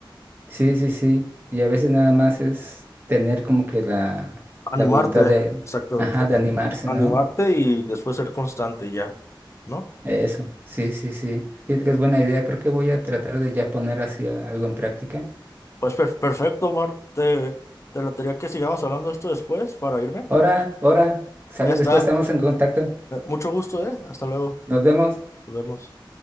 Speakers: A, on the right (about 25°); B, on the left (about 35°).
A: Sí, sí, sí. Y a veces nada más es tener como que la,
B: Animarte,
A: la voluntad de,
B: exactamente.
A: ajá, de animarse,
B: Animarte
A: ¿no?
B: y después ser constante ya, ¿no?
A: Eso, sí, sí, sí. Fíjate que es buena idea. Creo que voy a tratar de ya poner así a- algo en práctica.
B: Pues per- perfecto, Mar. Te, te latería que sigamos hablando de esto después para irme.
A: Ahora, ahora, sale,
B: Ya está.
A: después estamos en contacto.
B: Eh, Mucho gusto, ¿eh? Hasta luego.
A: Nos vemos.
B: Nos vemos.